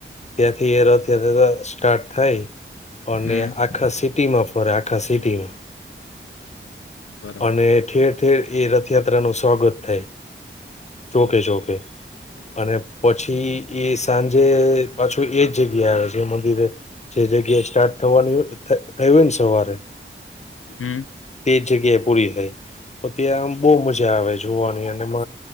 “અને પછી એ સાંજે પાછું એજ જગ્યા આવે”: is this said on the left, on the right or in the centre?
Left